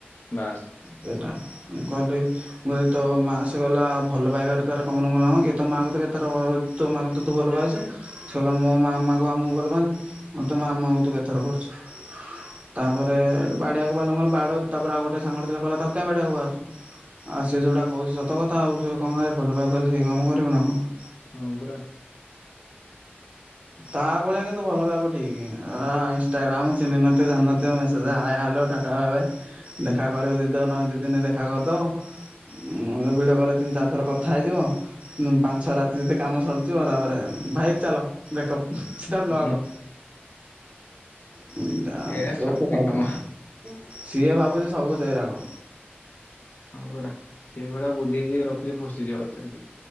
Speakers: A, on the left; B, on the right.
A: ବାସ୍।
B: ସେଇଟା ମୁଁ କହିଲି ମୁଁ ଏଇତ ମା ସେ ଗଲା ଭଲ ପାଇବାର ତାର <unintelligible> ମୁଁ କହିନି ହଁ କି ତୋ ମାକୁ ତୁ କେତ ଥର ତୋ ମା କୁ ତୁ ତୋ ଭଲ ପାଉଚୁ। ସେ କହିଲା ମୋ ମାମା କୁ ଆଉ ମୁଁ ଭଲ ପାଆନ୍ତିନି। ମୁଁ ତ ମାମା ଙ୍କୁ ତୁ କେତଥର କରଛୁ। ତାପରେ ବାଡିଆକୁ ବାହାରିଲା, ମୁଁ କହିନି ବାଡଉ, ତାପରେ ଆଉ ଗୋଟେ ସାଙ୍ଗ ଗୋଟେ ଥିଲା କହିଲା ତାକୁ କାହିଁ ବାଡିଆକୁ ବାହାରଛୁ। ଆଉ ସେ ଯୋଉଟା କହୁଚି ସତ କଥା ଆଉ ସେ କଣ ଖାଲି ଭଲ ପାଇବ ଖାଲି ସେଇ କାମ କରିବୁନା କଣ।
A: ହଁ ପରା।
B: ତା ଭଳିଆ କିନ୍ତୁ ଭଲ ପାଇବ ଠିକି। ଅ, ଇନଷ୍ଟାଗ୍ରାମ ଚିହ୍ନି ନଥିବ ଜାନ ନଥିବ ମେସେଜ ହାଏ, ହାଲୋ ରା ତା ଭାବେ ଦେଖା କରିବ ଦି ଦନ ଦି ଦିନ ଦେଖା କରିଦବ। <inaudible> ଭିଡିଓ କଲ୍ ରେ ତିନ ଚାର ଥର କଥା ହେଇଯିବ। ହୁଁ ପାଞ୍ଚ ଛଅ ରାତି ରେ ସେ କାମ ସରିଯିବ। ତାପରେ ଭାଇ ଚାଲ ବ୍ରେକପ୍ ସିଧା ବ୍ଲକ୍।
A: ହୁଁ
B: ହୁଁ, ତା
A: ଏରା
B: ସେ
A: ଛପରି
B: ତ ସବୁ,
A: କାମ
B: ସିଏ ଭାବୁଚି ସବୁ ସେଇ ରକ।
A: ହଁ ପରା ସେ ଭଳିଆ ବୁଦ୍ଧି ଯିଏ ରଖୁଚି ଫସିଯିବ ଆକ୍ଚୁଲି।